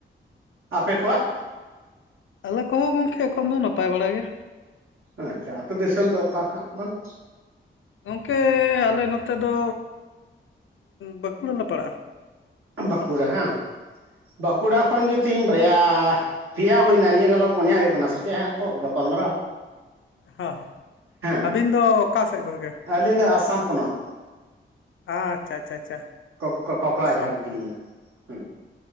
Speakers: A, on the right (about 80°); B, on the left (about 70°).
A: ᱟᱯᱮ ᱠᱚᱣᱟᱜ
B: ᱟᱞᱮ ᱠᱚ ᱦᱚᱸ ᱜᱚᱝᱠᱮ ᱮᱠᱷᱚᱱ ᱫᱚ ᱱᱟᱯᱟᱭ ᱵᱟᱲᱟ ᱜᱮ
A: ᱟᱪᱪᱷᱟ ᱟᱹᱛᱩ ᱫᱤᱥᱚᱢ ᱫᱚ ᱚᱠᱟ ᱠᱷᱚᱱᱟᱜ ᱵᱟᱝ
B: ᱜᱚᱝᱠᱮ ᱟᱞᱮ ᱱᱚᱛᱮ ᱫᱚ ᱵᱟᱸᱠᱩᱲᱟ ᱞᱮ ᱯᱟᱲᱟᱜᱼᱟ
A: ᱵᱟᱸᱠᱩᱲᱟ ᱦᱟᱝ ᱵᱟᱸᱠᱩᱲᱟ ᱠᱷᱚᱱ ᱜᱮ ᱛᱮᱦᱤᱧ ᱵᱟᱨᱭᱟ ᱯᱮᱭᱟ ᱦᱩᱭᱱᱟ ᱱᱤᱭᱟᱹ ᱜᱷᱟᱞᱳᱜ ᱯᱚᱱᱭᱟ ᱦᱩᱭᱩᱜ ᱠᱟᱱᱟ ᱥᱮ ᱪᱮᱫ ᱦᱟᱸᱜ ᱠᱚ ᱜᱟᱯᱟᱞᱢᱟᱨᱟᱣ
B: ᱦᱚᱸ,
A: ᱦᱮᱸ
B: ᱟᱹᱵᱤᱱ ᱫᱚ ᱚᱠᱟ ᱥᱮᱫ ᱜᱚᱢᱠᱮ?
A: ᱟᱹᱞᱤᱧ ᱫᱚ ᱟᱥᱟᱢ ᱯᱚᱱᱚᱛ!
B: ᱟᱪᱪᱷᱟ, ᱟᱪᱪᱷᱟ, ᱟᱪᱪᱷᱟ᱾
A: ᱠᱚᱠᱼᱠᱚ ᱠᱚᱠᱲᱟᱨᱟᱡᱷᱟᱨ
B: ᱟᱥᱟᱢ
A: ᱡᱤᱞᱟᱹ ᱦᱩᱸ᱾